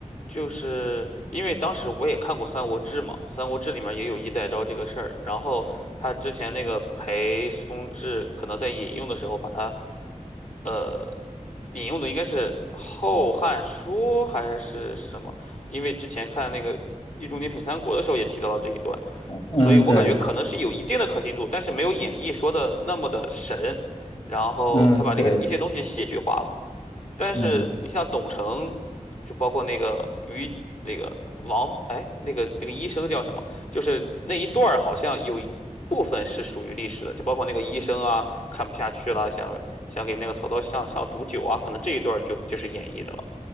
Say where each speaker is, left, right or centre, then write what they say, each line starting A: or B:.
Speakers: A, on the left; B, on the left.
A: 就是因为当时我也看过《三国志》嘛，《三国志》里面也有衣带诏这个事儿，然后他之前那个裴松志可能在引用的时候把他呃引用的应该是《后汉书》还是什么？因为之前看那个《易中天品三国》的时候也提到了这一段，
B: 嗯，
A: 所以我感觉可能是有一定的可信度，
B: 对，
A: 但是没有演义说的那么的神。然后他把这些一些东西戏剧化了。
B: 嗯，对，
A: 但是你像董承，
B: 嗯
A: 就包括那个于那个王，哎，那个那个医生叫什么？就是那一段儿好像有一部分是属于历史的，就包括那个医生啊，看不下去了，想想给那个曹操向上毒酒啊，可能这一段儿就就是演绎的了。